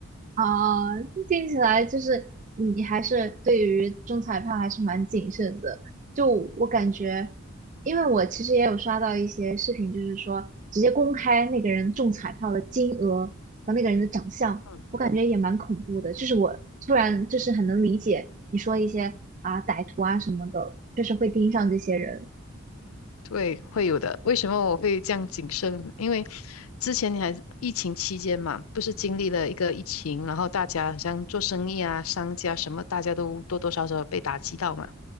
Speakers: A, on the right (about 35°); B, on the left (about 85°).
A: 啊，听起来就是你还是对于中彩票还是蛮谨慎的。就我感觉，因为我其实也有刷到一些视频，就是说直接公开那个人中彩票的金额和那个人的长相，
B: <laughs>
A: 我感觉也蛮恐怖的。就是我突然就是很能理解你说一些啊歹徒啊什么的，就是会盯上这些人。
B: 对，会有的。为什么我会这样谨慎？因为之前你还疫情期间嘛，不是经历了一个疫情，然后大家好像做生意啊、商家什么，大家都多多少少被打击到嘛。